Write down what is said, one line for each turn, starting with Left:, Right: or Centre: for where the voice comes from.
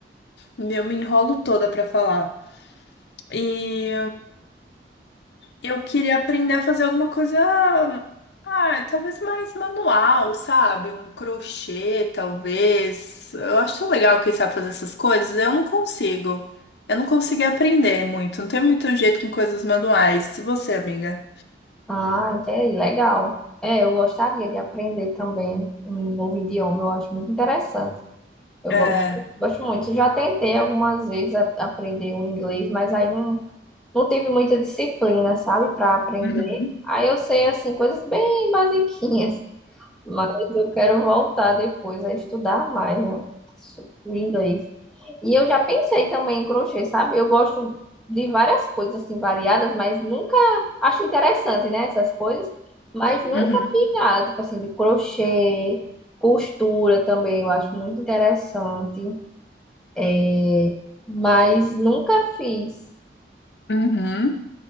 Left: Eu me enrolo toda pra falar. E Eu queria aprender a fazer alguma coisa, ah, talvez mais manual, sabe? Um crochê, talvez. Eu acho tão legal quem sabe fazer essas coisas. Eu não consigo. Eu não consegui aprender muito. Não tenho muito jeito com coisas manuais. Se você, amiga.
Centre: Ah, entendi. Legal. É, eu gostaria de aprender também um novo idioma, eu acho muito interessante. Eu
Left: É.
Centre: go- gosto muito. Já tentei algumas vezes a- aprender o inglês, mas aí não, não tive muita disciplina, sabe, para aprender.
Left: Uhum.
Centre: Aí eu sei, assim, coisas bem <laughs> basiquinhas. Mas eu quero voltar depois a estudar mais, né? so- O inglês. E eu já pensei também em crochê, sabe? Eu gosto de várias coisas assim variadas, mas nunca acho interessante, né, essas coisas, mas nunca
Left: Uhum,
Centre: fiz nada, tipo assim, de crochê, costura também, eu acho muito interessante, É, mas nunca fiz.
Left: uhum.